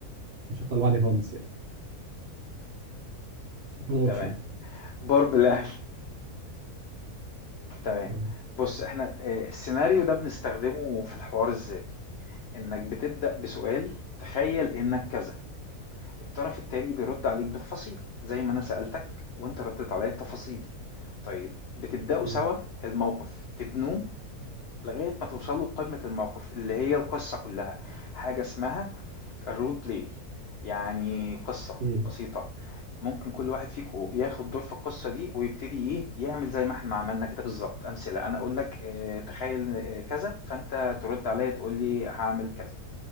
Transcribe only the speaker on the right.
مش هطلع لوحدي خالص يعني مش هيكون اوبشن
اه
م-
م-